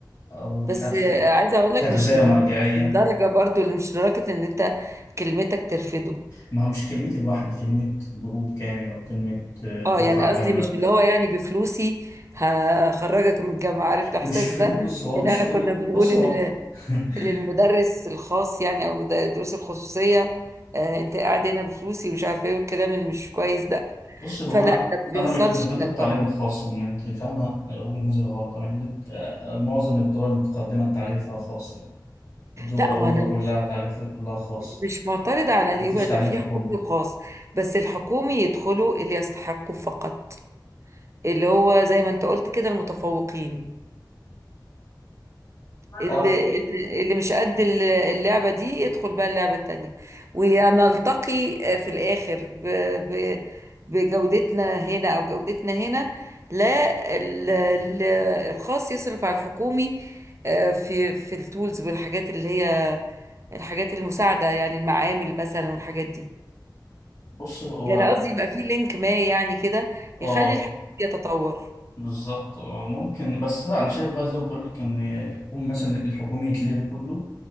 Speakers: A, on the left; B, on the right.
A: أو مش
B: بس
A: عارف
B: آه، عايزة اقول لك
A: تغذية
B: مش لب-
A: مرجعية
B: مش للدرجة برضو اللي مش لدرجة ان انت كلمتك ترفضه
A: ما هو مش كلمتي لوحدي كلمة جروب كامل أو كلمة آه،
B: اه
A: دفعة
B: يعني قصدي
A: كاملة
B: مش اللي هو يعني بفلوسي هخرجك من الجامعة عارف الاحساس
A: مش فلوس
B: ده
A: هو
B: ان
A: مش
B: احنا
A: فلوس
B: كنا بنقول
A: بص هو <laughs>
B: للمدرس الخاص يعني او ده- الدروس الخصوصيه آه انت قاعد هنا بفلوسي ومش عارفه ايه والكلام اللي مش كويس ده
A: بص هو
B: فلا
A: انا
B: ده ما بيحصلش
A: انا مش مش ضد
B: لا
A: التعليم
B: طبعا
A: الخاص إن انت فاهمه وجهه نظري غلط انا من ضد- آه، معظم الدول المتقدمه التعليم فيها خاص يعني الدول
B: لا
A: اوروبا
B: وانا
A: كلها
B: مش
A: تعليم فيها كلها خاص
B: مش معترضه على ان
A: ما
B: يبقى
A: فيش تعليم
B: في
A: حكومي
B: حكومي وخاص بس الحكومي يدخلوا اللي يستحقوا فقط اللي هو زي ما انت قلت كده المتفوقين اللي
A: اه
B: اللي اللي مش قد اللعبة دي يدخل بقى اللعبة التانية ونلتقي في الآخر ب ب بجودتنا هنا أو جودتنا هنا لا ال- ال- الخاص يصرف على الحكومي آه، في في التولز والحاجات اللي هي الحاجات المساعدة يعني المعامل مثلا والحاجات دي
A: بص هو
B: يعني قصدي يبقى في لينك ما يعني كده
A: اه
B: يخلي الحكومي يتطور
A: بالظبط اه ممكن بس لا انا شايف بقى زي ما بقول لك ان الحكومه مثلا الحكومي يتلغي كله